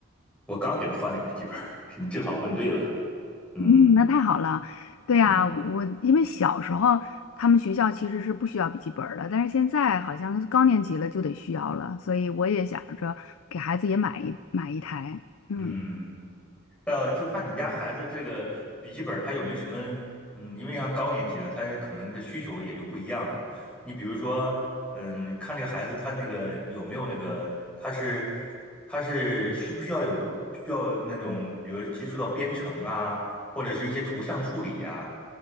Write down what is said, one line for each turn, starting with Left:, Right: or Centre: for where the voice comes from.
Centre: 我刚给他换了一个笔记本儿，<laughs> 你正好问对了。嗯
Left: 嗯，那太好了。对呀，
Centre: 嗯
Left: 我因为小时候他们学校其实是不需要笔记本儿的，但是现在好像是高年级了就得需要了，所以我也想着给孩子也买一买一台。嗯。
Centre: 嗯。呃，就看你们家孩子这个笔记本，他有没有什么，嗯，因为像高年级了，他可能的需求也就不一样了。你比如说，嗯，看这个孩子他那个有没有那个，他是他是需不需要有需要那种，比如接触到编程啊，或者是一些图像处理呀、